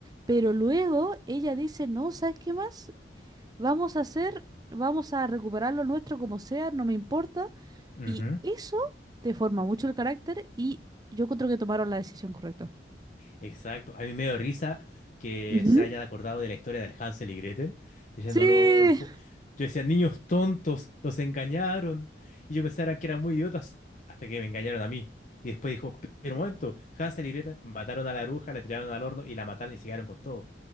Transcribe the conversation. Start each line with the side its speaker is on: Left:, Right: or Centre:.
Right: Pero luego ella dice, no, ¿sabes qué más? Vamos a hacer, vamos a recuperar lo nuestro como sea, no me importa.
Left: ujú.
Right: Y eso te forma mucho el carácter y yo encuentro que tomaron la decisión correcta.
Left: Exacto. A mí me dio risa que
Right: Ujú.
Left: se hayan acordado de la historia del Hansel y Gretel, diciéndolo
Right: Sí,
Left: los... po- Yo decía, niños tontos, los engañaron. Y yo pensaba que eran muy idiotas hasta que me engañaron a mí. Y después dijo, pero un momento, Hansel y Gretel mataron a la bruja, la tiraron al horno y la mataron y se quedaron con todo.